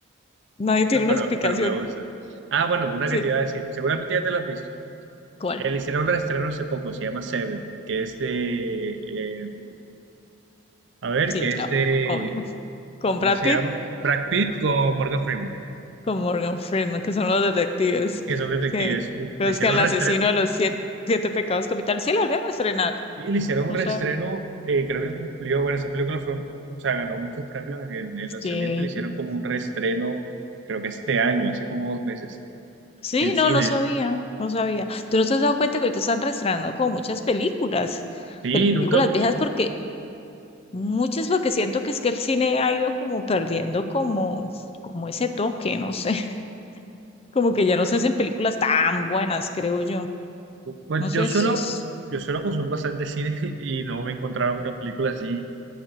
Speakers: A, on the left; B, on the right.
A: Nadie tiene
B: no, pero,
A: una explicación.
B: pero me gusta. Ah, bueno, una
A: Sí.
B: que te iba a decir. Seguramente ya te la has visto.
A: ¿Cuál?
B: Él hicieron un reestreno hace poco, se llama Seven, que es de. eh, a ver,
A: Sí,
B: que
A: claro,
B: es de.
A: obvio. Con
B: ¿Cómo
A: Brad
B: se
A: Pitt,
B: llama? Brad Pitt con Morgan Freeman,
A: con Morgan Freeman, que son los detectives
B: que son detectives.
A: que
B: Uf,
A: buscan
B: le hicieron
A: al
B: un
A: asesino
B: reestreno
A: de los siete, siete pecados capitales. Sí, la volvieron a estrenar.
B: Sí, le hicieron
A: O
B: un reestreno,
A: sea,
B: eh, creo que cumplió, bueno, esa película fue, o sea, ganó muchos premios en el lanzamiento
A: sí.
B: y le hicieron como un reestreno, creo que este año, hace como dos meses,
A: Sí,
B: en
A: no,
B: cines.
A: no sabía, no sabía. ¿Tú no te has dado cuenta que ahorita están reestrenando como muchas películas,
B: Sí,
A: películas
B: nunca,
A: viejas
B: y,
A: porque muchas porque siento que es que el cine ha ido como perdiendo como como ese toque, no sé, <laughs> como que ya no se hacen películas tan buenas, creo yo.
B: pues
A: No sé
B: yo suelo,
A: si es
B: yo suelo consumir bastante cine <laughs> y no me encontraba una película así,